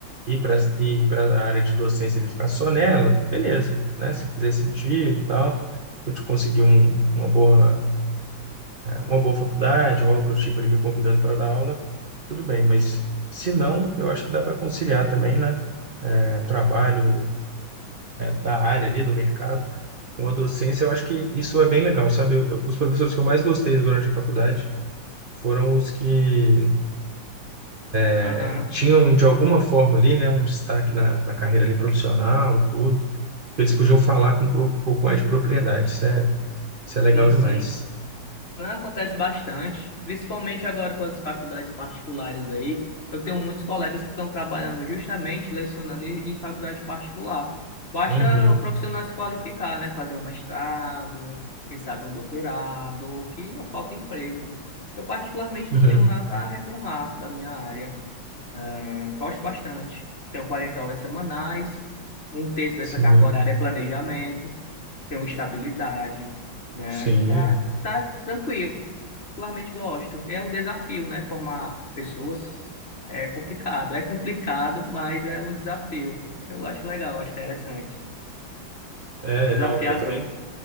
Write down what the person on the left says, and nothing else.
aham,
Sim, sim.
Não, acontece bastante, principalmente agora com as faculdades particulares aí. Eu tenho muitos colegas que estão trabalhando justamente lecionando em em faculdade particular. Basta
o profissional se qualificar, né? Fazer um mestrado, quem sabe um doutorado, que não falta emprego. Eu particularmente
não tenho nada a reclamar da minha área. É, gosto bastante. Tenho 40 horas semanais, um terço dessa
carga horária é planejamento, tenho estabilidade, né?
E tá, tá tranquilo particularmente gosto. É um desafio, né? Formar pessoas é complicado. É complicado, mas é um desafio. Eu acho legal, acho interessante.
Desafiador.